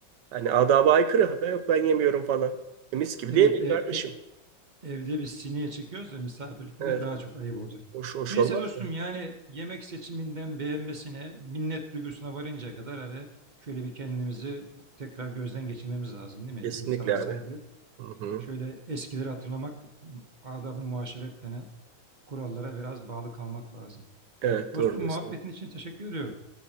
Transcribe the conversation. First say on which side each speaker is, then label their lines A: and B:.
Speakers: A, on the right; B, on the right.
A: Hani adaba aykırı. Ha, Ben yok ben yemiyorum falan. E, mis gibi
B: Evet
A: de yemek
B: e,
A: kardeşim.
B: e, Evde biz sineye çekiyoruz da misafirlikte
A: Evet.
B: de daha çok ayıp olacak.
A: Hoş hoş
B: Neyse
A: olmaz
B: dostum
A: mı?
B: yani yemek seçiminden beğenmesine, minnet duygusuna varıncaya kadar hele şöyle bir kendimizi tekrar gözden geçirmemiz lazım değil mi?
A: Kesinlikle
B: İnsana saygı.
A: abi. Hı hı.
B: Şöyle eskileri hatırlamak, adab-ı muaşeret denen kurallara biraz bağlı kalmak lazım.
A: Evet
B: Dostum
A: doğru diyorsun.
B: muhabbetin için teşekkür ediyorum.